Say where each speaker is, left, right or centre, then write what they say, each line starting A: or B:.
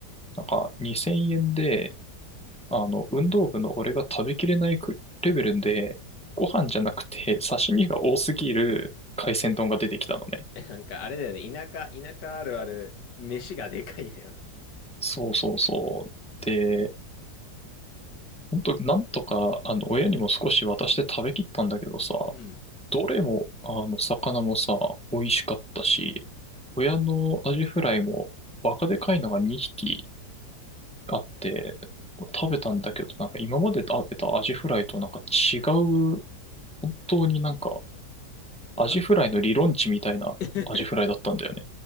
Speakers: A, in the centre; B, on the left (about 70°).
A: なんか2000円で、あの、運動部の俺が食べきれないくレベルで、ご飯じゃなくて刺身が多すぎる海鮮丼が出てきたのね。
B: え、なんか、あれだよね。田舎、田舎あるある、飯がでかいだよね。
A: そうそうそう。で、本当なんとか、あの、親にも少し渡して食べきったんだけどさ、
B: うん。
A: どれも、あの、魚もさ、美味しかったし、親のアジフライもバカでかいのが2匹あって、食べたんだけど、なんか今まで食べたアジフライとなんか違う、本当になんか
B: なんか
A: アジフライの理論値みたいなアジフライだったんだよね。
B: <laughs>